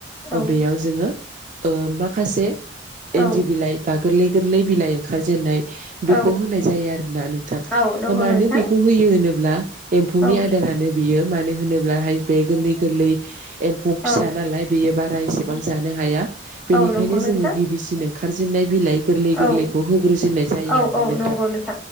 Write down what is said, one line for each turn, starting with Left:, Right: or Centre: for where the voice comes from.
Centre: औ
Right: बेयाव जोङो ओ माखासे इन्दि
Centre: औ
Right: बिलाइ बा गोरलै गोरलै बिलाइ ओंखारजेनन्नाय
Centre: औ
Right: बेखौ होनाय जायो आरोना नोंथां
Centre: औ नंगौ
Right: मानो
Centre: नोंथां
Right: बेखौ होयो होनोब्ला एम्फौनि
Centre: औ
Right: आदारानो बियो मानो होनोब्लाहाय बे गोरलै गोरलै एम्फौ
Centre: औ
Right: फिसा नालाय बेयो बारा एसेबां
Centre: औ
Right: जानो हाया
Centre: औ
Right: बेनिखायनो
Centre: नंगौ नोंथां
Right: जोङो गिबिसिन ओंखारजेननाय बिलाइ गोरलै
Centre: औ
Right: गोरलैखौ होग्रोजेननाय जायो
Centre: औ
Right: आरोना
Centre: औ
Right: नोंथां
Centre: नंगौ औ